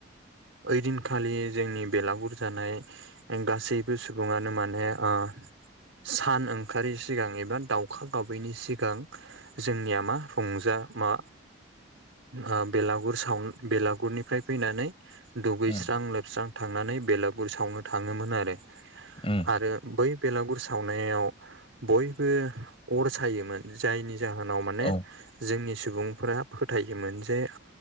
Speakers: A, on the right (about 75°); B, on the left (about 30°).
A: ओइदिनखालि जोंनि बेलागुर जानाय गासैबो सुबुङानो माने आ सान ओंखारै सिगां एबा दाउखा गाबैनि सिगां जोंनिया मा रंजा मा आ बेलागुर साव बेलागुरनिफ्राय फैनानै दुगैस्रां
B: उम
A: लोबस्रां थांनानै बेलागुर सावनो थाङोमोन आरो।
B: उम
A: आरो बै बेलागुर सावनायाव बयबो अर सायोमोन जायनि जाहोनाव माने
B: औ औ
A: जोंनि सुबुंफोरा फोथायोमोन जे